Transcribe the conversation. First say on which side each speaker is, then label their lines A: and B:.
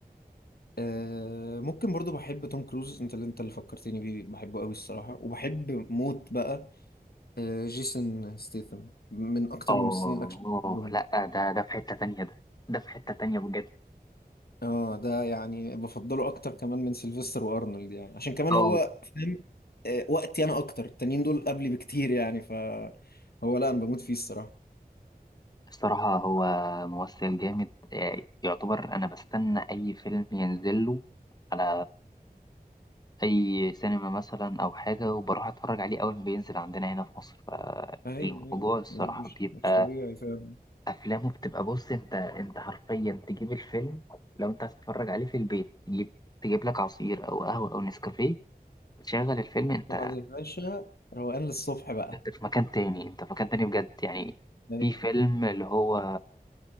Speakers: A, on the left; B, on the left.
A: آه ممكن برضو بحب توم كروز انت اللي انت اللي فكرتني بيه بحبه قوي الصراحة وبحب موت بقى آه جيسون ستيثم من اكتر
B: اه
A: ممثلين الاكشن اللي بحبهم
B: لا ده ده في حتة تانية ده ده في حتة تانية بجد
A: اه ده يعني بفضله اكتر كمان من سيلفستر وارنولد يعني عشان كمان
B: اه
A: هو فاهم آه وقتي انا اكتر التانيين دول قبلي بكتير يعني ف هو لا انا بموت فيه الصراحة
B: الصراحة هو ممثل جامد آه، يعتبر أنا بستنى أي فيلم ينزل له على أي سينما مثلا أو حاجة وبروح أتفرج عليه أول ما بينزل عندنا هنا في مصر فالموضوع
A: ايوه ايوه
B: الصراحة
A: لا، مش
B: بيبقى
A: مش طبيعي فاهم
B: أفلامه بتبقى بص أنت أنت حرفيا تجيب الفيلم لو أنت هتتفرج عليه في البيت تجيب تجيب لك عصير أو قهوة أو نسكافيه تشغل الفيلم أنت
A: طبعا يا باشا روقان للصبح بقى
B: انت في مكان تاني انت في مكان تاني بجد يعني
A: ايوه
B: في فيلم اللي هو